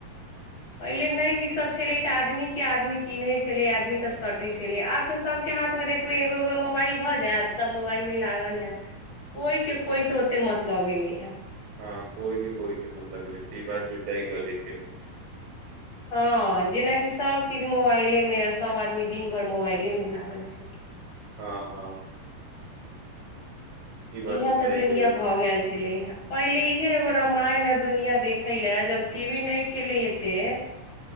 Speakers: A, on the left (about 45°); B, on the right (about 70°).
A: पहिले नहि इसभ छलै तऽ आदमीके आदमी चिन्हैत छलै आदमी तऽ सटै छलै आब तऽ सभके हाथमे देखबै एगो एगो मोबाइल भऽ जायत सभ मोबाइलमे लागल हए कोइके कोइसँ ओतेक मतलबे नहि हए
B: हँ कोइके कोइ सम मतलबै नहि छै ई बात भ सह कहै छै
A: हँ जेनाकि सभचीज मोबाइलेमे आ सभ आदमी दिन भरि मोबाइलेमे लागल छै
B: हँ हँ ई बात
A: इहा
B: भी सही
A: तऽ दुनिया
B: कहै छै
A: भऽ गेल छलैएा पहिले इहे एगो रामायण है दुनिआ देखै लए जब टी वी नहि छलै एतेक